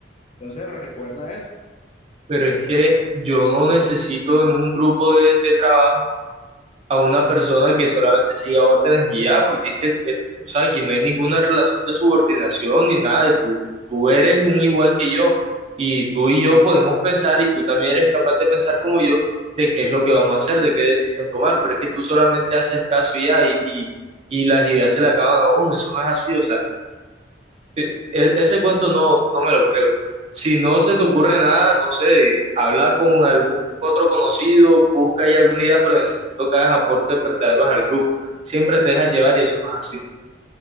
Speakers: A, on the left; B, on the right.
A: entonces recuerda eso.
B: Pero es que yo no necesito en un grupo de, de trabajo a una persona que solamente siga órdenes y ya, porque es que, eh, o sea, aquí no hay ninguna relación de subordinación ni nada de tú. Tú eres un igual que yo y tú y yo podemos pensar y tú también eres capaz de pensar como yo de qué es lo que vamos a hacer, de qué decisión tomar, pero es que tú solamente haces caso y ya y, y, y las ideas se le acaban a uno, eso no es así, o sea, e- e- Ese cuento no, no me lo creo. Si no se te ocurre nada, no sé, habla con algún otro conocido, busca ahí alguna idea, pero necesito que hagas aportes verdaderos al grupo. Siempre te dejas llevar y eso no es así.